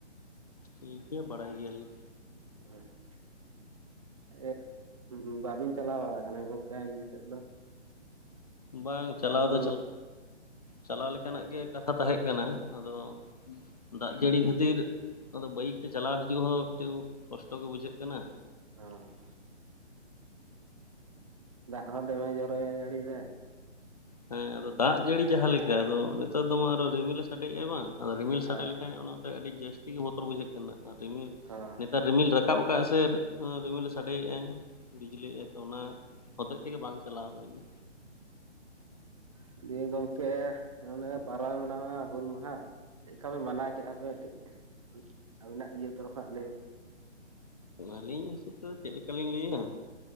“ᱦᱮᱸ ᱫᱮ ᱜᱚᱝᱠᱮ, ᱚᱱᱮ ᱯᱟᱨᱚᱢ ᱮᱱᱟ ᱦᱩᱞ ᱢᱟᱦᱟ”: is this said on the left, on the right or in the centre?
Right